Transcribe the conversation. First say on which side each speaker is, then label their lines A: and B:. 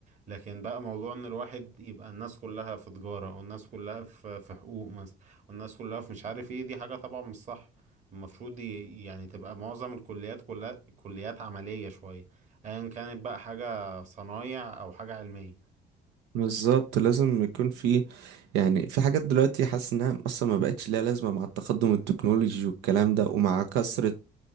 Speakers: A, on the right (about 45°); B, on the right (about 85°).
A: لكن بقى موضوع ان الواحد يبقى الناس كلها في تجارة او الناس كلها في في حقوق مثلا والناس كلها في مش عارف ايه دي حاجة طبعا مش صح المفروض ي- يعني تبقى معظم الكليات كلها كليات عملية شوية ايا كانت بقى حاجة صنايع او حاجة علمية
B: بالظبط لازم يكون في يعني في حاجات دلوقتي حاسس انها اصلا ما بقتش ليها لازمه مع التقدم التكنولوجي والكلام ده ومع كثره